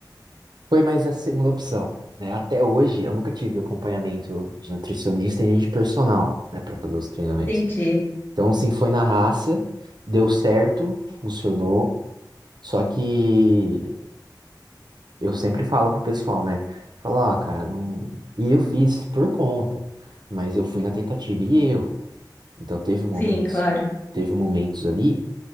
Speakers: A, on the right; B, on the left.
A: Foi mais a segunda opção. Né? Até hoje, eu nunca tive acompanhamento de nutricionista e nem de personal, né, para fazer os treinamentos.
B: Entendi.
A: Então, assim, foi na raça, deu certo, funcionou. Só que eu sempre falo pro pessoal, né? Falar, ah, cara, não. E eu fiz por conta, mas eu fui na tentativa e erro. Então teve momentos,
B: Sim, claro.
A: teve momentos ali